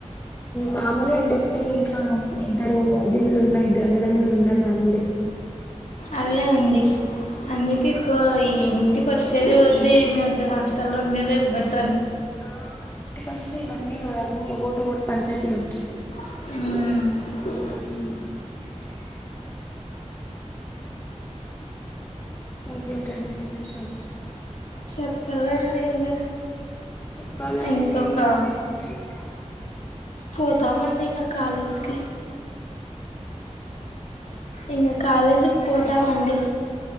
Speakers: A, on the left; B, on the left.
A: మామూలు అండి ఒకటే ఇంకా ఇద్దదు ఇల్ల ఉన్నా ఇద్దరు అన్నదమ్ములు ఉన్నా మామూలే
B: అదే అండి అందుకే కో ఇ ఇంటి వచ్చేది వద్దు ఏమి వద్దు హాస్టల్లో లో ఉండేది బేట్
A: ఆ ఇంటికి వస్తే ఇవన్నీ అన్నీ ఒకటి ఒకటి పంచాయతీలు ఉంటాయి.
B: హ్
A: హ్ ఇంకేంటండి విశేషాలు
B: చెప్పలాండి ఇంగ
A: చెప్పాలండి.
B: ఇంకొక
A: మీవి మావేపుంటాయి ఇంకా
B: పోతంమండి ఇంకా కాలేజ్కి ఇంగ కాలేజీకి పోతామండి.